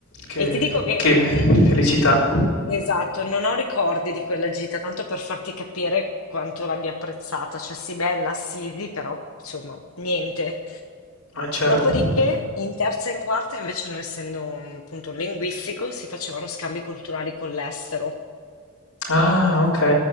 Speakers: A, on the left (about 85°); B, on the left (about 70°).
A: che,
B: E ti dico che,
A: che felicità,
B: mm, esatto, non ho ricordi di quella gita, tanto per farti capire quanto l'abbia apprezzata, cioè sì, bella Assisi, però insomma, niente.
A: ma certo.
B: Dopodiché, in terza e in quarta, invece, non essendo un punto linguistico, si facevano scambi culturali con l'estero.
A: Ah, ok,